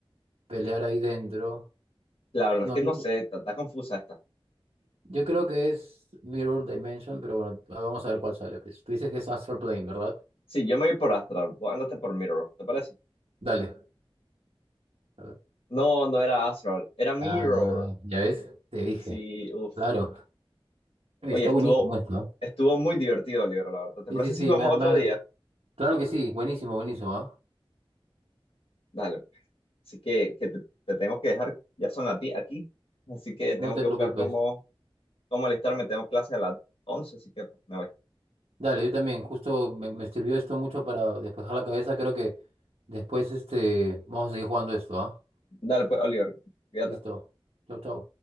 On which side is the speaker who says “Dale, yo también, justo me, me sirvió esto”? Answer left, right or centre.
Right